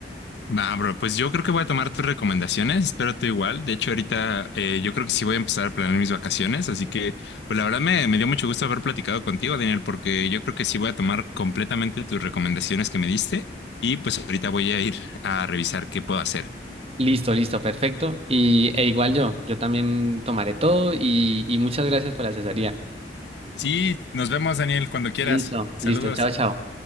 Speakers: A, on the left (about 75°); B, on the right (about 35°).
A: Va, bro, pues yo creo que voy a tomar tus recomendaciones, espero tú igual. De hecho, ahorita eh, yo creo que sí voy a empezar a planear mis vacaciones, así que, pues la verdad me, me dio mucho gusto haber platicado contigo, Daniel, porque yo creo que sí voy a tomar completamente tus recomendaciones que me diste y pues ahorita voy a ir a revisar qué puedo hacer.
B: Listo, listo, perfecto. Y e igual yo, yo también tomaré todo y, y muchas gracias por la asesoría.
A: Sí, nos vemos, Daniel, cuando quieras.
B: Listo,
A: Saludos.
B: listo, chao, chao.